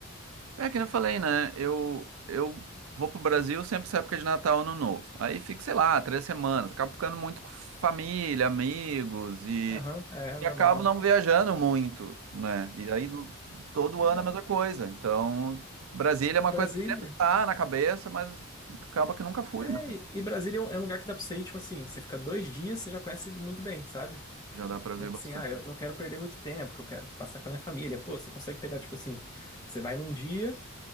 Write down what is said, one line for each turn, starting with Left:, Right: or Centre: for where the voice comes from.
Right: É que nem eu falei, né? Eu, eu vou pro Brasil sempre essa época de Natal, Ano Novo. Aí fico, sei lá, três semanas. Acabo ficando muito com família, amigos e,
Left: Aham, é normal.
Right: e acabo não viajando muito, né? E aí no- todo
Left: É,
Right: ano é a mesma coisa. Então, Brasília é uma
Left: Brasília.
Right: coisa que sempre tá na cabeça, mas acaba que nunca fui,
Left: É,
Right: mas
Left: e e Brasília é um, é um lugar que dá pra você ir, tipo assim, você fica dois dias, você já conhece muito bem, sabe?
Right: já dá pra
Left: Então,
Right: ver bastante.
Left: assim, ah, eu não quero perder muito tempo, que eu quero passar com a minha família. Pô, você consegue pegar, tipo assim, você vai num dia,